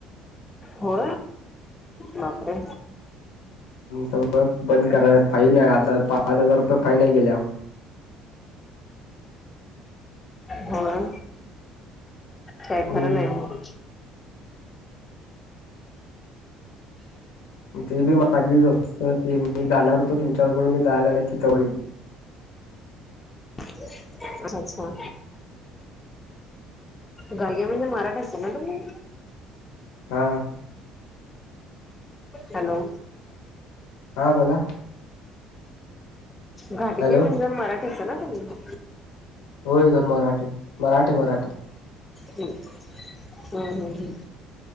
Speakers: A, on the left (about 25°); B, on the left (about 80°).
A: हो बापरे
B: सगळ बंद कराय फाईन नाही आता पाच हजार रुपये फाई नाही गेल्या
A: होय काय
B: हम्म
A: खरं नाही मग
B: ते बी माझी ज असत ते मी जाणार होतो तच्याबरोबर मी जायला नाही त तेडील
A: अच्छा अच्छा गाग्या म्हणजे मराठ असत ना तुम्ही
B: हा
A: हॅलो
B: हा बोला.
A: घाडगे
B: हॅलो
A: म्हणजे मराठीच ना तु्म्ही?
B: होय ग मराठी. मराठीे, मराठी.
A: हम् हम्म हम् हम्.